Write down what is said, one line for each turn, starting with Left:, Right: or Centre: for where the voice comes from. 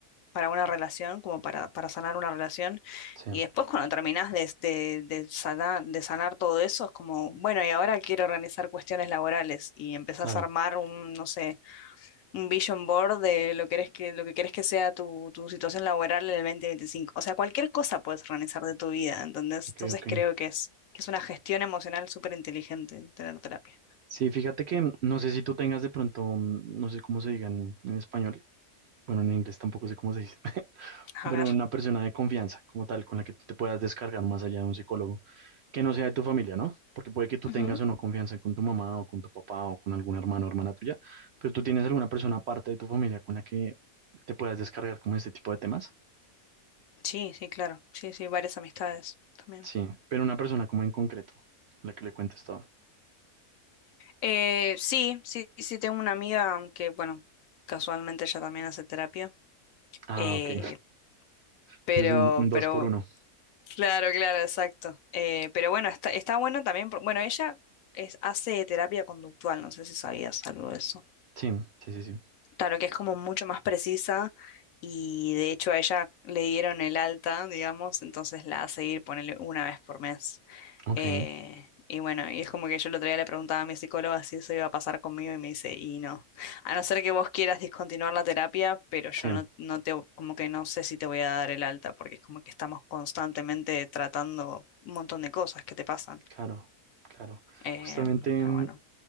Left: para una relación, como para, para sanar una relación
Right: Sí,
Left: y después cuando terminás de, de, de sanar, de sanar todo eso es como, bueno, y ahora quiero organizar cuestiones laborales y empezás
Right: claro.
Left: a armar un, no sé, un vision board de lo que eres que, lo que quieres que sea tu, tu situación laboral en el 2025. O sea, cualquier cosa puedes organizar de tu vida, ¿entendés?
Right: Ok,
Left: Entonces
Right: ok.
Left: creo que es, que es una gestión emocional súper inteligente tener terapia.
Right: Sí, fíjate que mm, no sé si tú tengas de pronto, mm, no sé cómo se digan en en español, bueno, en inglés tampoco sé cómo se dice, <laughs>
Left: A
Right: pero
Left: ver.
Right: una persona de confianza como tal, con la que tú te puedas descargar más allá de un psicólogo, que no sea de tu familia, ¿no? Porque puede que tú
Left: Ujú.
Right: tengas o no confianza con tu mamá o con tu papá o con algún hermano o hermana tuya, pero tú tienes alguna persona aparte de tu familia con la que te puedas descargar como este tipo de temas.
Left: Sí, sí, claro. Sí, sí, varias amistades también.
Right: Sí, pero una persona como en concreto, a la que le cuentes todo.
Left: Eh, sí, sí, sí, tengo una amiga que, bueno, casualmente ella también hace terapia.
Right: Ah,
Left: eh,
Right: ok.
Left: pero,
Right: Entonces un, un dos
Left: pero
Right: por uno.
Left: Claro, claro, exacto. Eh, pero bueno, está, está bueno también, por- bueno, ella es, hace terapia conductual, no sé si sabías algo de eso.
Right: Sí, sí, sí, sí.
Left: Claro que es como mucho más precisa y de hecho a ella le dieron el alta, digamos, entonces la hace ir, ponele una vez por mes.
Right: Ok,
Left: Eh, y bueno, y es como que yo el otro día le preguntaba a mi psicóloga si eso iba a pasar conmigo y me dice, y no. A no ser que vos quieras discontinuar la terapia, pero yo
Right: sí.
Left: no, no te, como que no sé si te voy a dar el alta, porque es como que estamos constantemente tratando un montón de cosas que te pasan.
Right: Claro, claro.
Left: Em,
Right: Justamente
Left: pero
Right: mm,
Left: bueno,